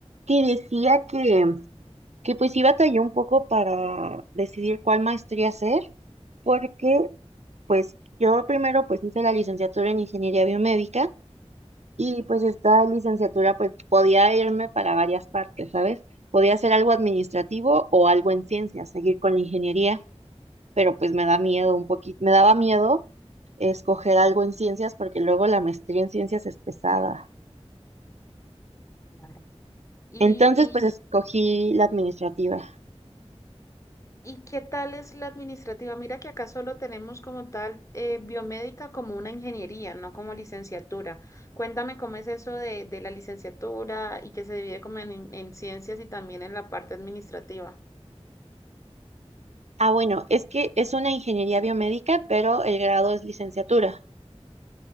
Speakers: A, on the right; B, on the left.
A: que decía que, que pues sí batalló un poco para decidir cuál maestría hacer, porque pues yo primero pues hice la licenciatura en ingeniería biomédica y pues esta licenciatura pues podía irme para varias partes, ¿sabes? Podía hacer algo administrativo o algo en ciencias, seguir con la ingeniería, pero pues me da miedo un poquito, me daba miedo escoger algo en ciencias porque luego la maestría en ciencias es pesada.
B: Claro. ¿Y,
A: Entonces pues escogí la administrativa.
B: y, y qué tal es la administrativa? Mira que acá solo tenemos como tal eh, biomédica como una ingeniería, no como licenciatura. Cuéntame cómo es eso de, de la licenciatura y que se divide como en, en ciencias y también en la parte administrativa.
A: Ah, bueno, es que es una ingeniería biomédica, pero el grado es licenciatura.